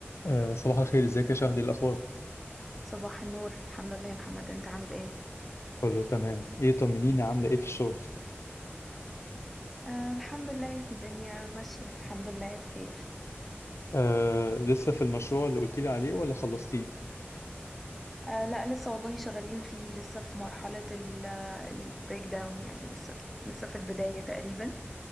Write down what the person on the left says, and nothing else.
أه صباح الخير ازيك يا شهد إيه الاخبار
كله تمام ايه طمنيني عامله ايه في الشغل
أه لسه في المشروع اللي قلت لي عليه ولا خلصتيه